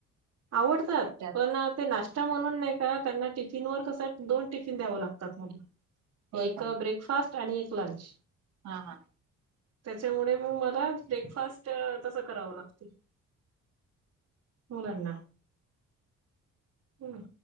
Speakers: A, on the right (about 55°); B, on the right (about 75°).
A: आवडत्यात
B: त्यात
A: पण ते नाश्ता म्हणून नाही का त्यांना टिफिन वर कस हाय दोन टिफिन द्यावं लागतात मला
B: होय
A: एक
B: का
A: ब्रेकफास्ट आणि एक लंच
B: हा हा.
A: त्याच्यामुळे मग मला ब्रेकफास्ट तसं करावं लागते. मूलांना हम